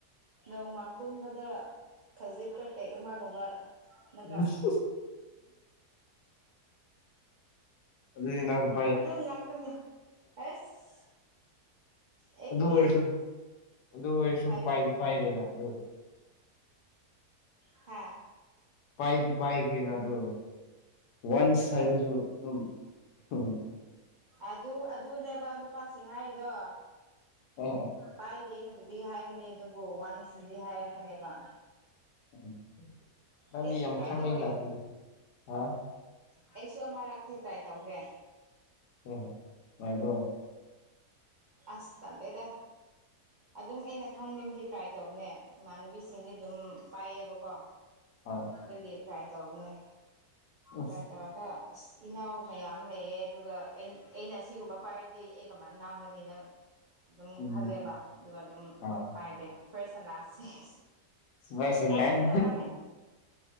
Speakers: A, on the right; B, on the left.
A: ꯅꯣꯡꯃ ꯄꯨꯟꯕꯗ ꯈꯖꯤꯛꯇ ꯄꯦꯛ ꯑꯃꯒꯨꯝꯕ ꯅꯠꯇ꯭ꯔꯥ
B: <unintelligible> ꯑꯗꯨꯏ <unintelligible>
A: ꯑꯗꯨ ꯉꯥꯛꯇꯅꯦ ꯍꯦꯁ ꯑꯩꯕꯨꯗꯤ
B: ꯑꯗꯨ ꯑꯣꯏꯔꯁꯨ ꯑꯗꯨ ꯑꯣꯏꯔꯁꯨ
A: ꯄꯥꯏꯗꯦ
B: ꯄꯥꯏꯗꯤ ꯄꯥꯏꯔꯦꯅ ꯑꯗꯨ
A: <unintelligible> ꯍꯥ
B: ꯄꯥꯏꯗꯤ ꯄꯥꯏꯈ꯭ꯔꯦꯅ ꯑꯗꯣ ꯋꯥꯟꯁ ꯍꯥꯏꯕꯁꯨ ꯑꯗꯨꯝ <unintelligible>
A: ꯑꯗꯨ ꯑꯗꯨꯅꯦꯕ ꯅꯨꯄꯥꯁꯤꯡ ꯍꯥꯏꯔꯤꯗꯣ
B: ꯑꯣ ꯑꯣ
A: ꯄꯥꯏꯗꯦꯅꯕꯨꯗꯤ ꯍꯥꯏꯒꯅꯤ ꯑꯗꯨꯕꯨ ꯋꯥꯟꯁ ꯅꯗꯤ ꯍꯥꯏꯔꯛꯀꯅꯦꯕ
B: ꯎꯝ ꯅꯪꯗꯤ
A: ꯑꯩꯁꯨ
B: ꯌꯥꯝ
A: ꯇ꯭ꯔꯥꯏ
B: ꯈꯪꯉꯦꯅ
A: ꯇꯧꯋꯦ
B: ꯑꯗꯨꯗꯤ ꯍꯥ
A: ꯑꯩꯁꯨ ꯑꯃꯔꯛꯇꯤ ꯇ꯭ꯔꯥꯏ ꯇꯧꯈ꯭ꯔꯦ
B: ꯍꯣꯏ ꯍꯣꯏ ꯅꯨꯡꯉꯥꯏꯕ꯭ꯔꯣ
A: ꯑꯁ ꯇꯜꯂꯦꯗ ꯑꯗꯨꯝ ꯑꯩꯅ ꯈꯪꯅꯤꯡꯕꯒꯤ ꯇ꯭ꯔꯥꯏ ꯇꯧꯕꯅꯦ ꯏꯃꯥꯟꯅꯕꯤꯁꯤꯡꯗꯤ ꯑꯗꯨꯝ ꯄꯥꯏꯌꯦꯕꯀꯣ
B: ꯍꯥ
A: ꯑꯗꯨꯒꯤ ꯇ꯭ꯔꯥꯏ ꯇꯧꯕꯅꯦ
B: ꯑꯁ
A: ꯇ꯭ꯔꯥꯏ ꯇꯧꯔꯒ ꯏꯁ ꯏꯅꯥꯎ ꯃꯌꯥꯝ ꯂꯩꯌꯦ ꯑꯗꯨꯒ ꯑꯩꯅ ꯑꯩꯅꯥ ꯑꯁꯤꯒꯨꯝꯕ ꯄꯥꯏꯔꯗꯤ ꯑꯩ ꯀꯃꯥꯏꯟ ꯉꯥꯡꯒꯅꯤ ꯑꯩꯅ ꯑꯗꯨꯝ
B: ꯎꯝ
A: ꯈꯜꯂꯦꯕ ꯑꯗꯨꯒ ꯑꯗꯨꯝ
B: ꯑꯥ
A: ꯄꯥꯏꯔꯦ ꯐ꯭ꯔꯦꯁ ꯑꯦꯟ ꯂꯥꯁꯁꯦ
B: <unintelligible>
A: ꯇ꯭ꯔꯥꯏꯕꯨꯗꯤ ꯇꯧꯔꯝꯃꯦ